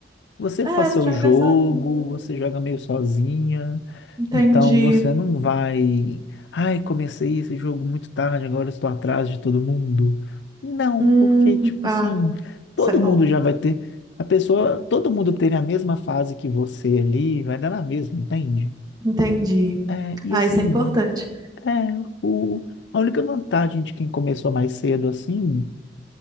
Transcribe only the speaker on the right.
é,
você joga
sozinho.
Entendi.
Hum,
ah,
isso é bom.
Entendi.
Ah,
isso é importante.